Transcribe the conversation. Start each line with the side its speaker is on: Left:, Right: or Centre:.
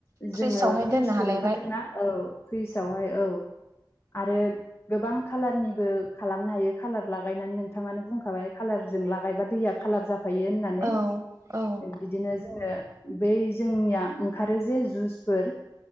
Left: जोङो
Right: फ्रिजावहाय
Left: फ्रिजफोर
Right: दोननो हालायबाय
Left: ओंखारदोंना औ फ्रिसावहाय औ आरो गोबां कालारनिबो खालामनो हायो कालार लागायनानै नोंथाङानो बुंखाबाय कालारजों लागायबा दैया खालार जाफायो होनना नै
Right: औ औ
Left: बिदिनो जोङो बै जोंनिया ओंखारो जे जुसफोर